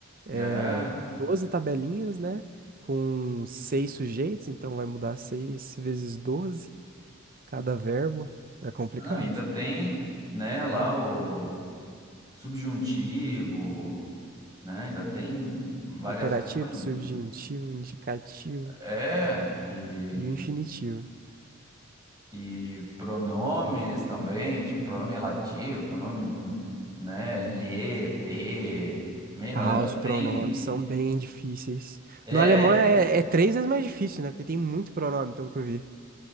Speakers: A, on the right; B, on the right.
A: é,
B: É.
A: 12 tabelinhas, né? Com seis sujeitos, então vai mudar seis vezes 12 cada verbo. É complicado.
B: Não, e ainda tem, né, lá o. subjuntivo, né? Ainda tem variações.
A: Imperativo, subjuntivo, indicativo
B: É, e,
A: e o infinitivo.
B: e pronomes também, tipo pronome relativo, pronome, né? Lhe, te, me, no
A: Ah,
B: alemão
A: os pronomes
B: tem.
A: são bem difíceis.
B: É,
A: No alemão é, é três vezes mais difícil, né? Porque tem muito pronome, pelo que eu vi.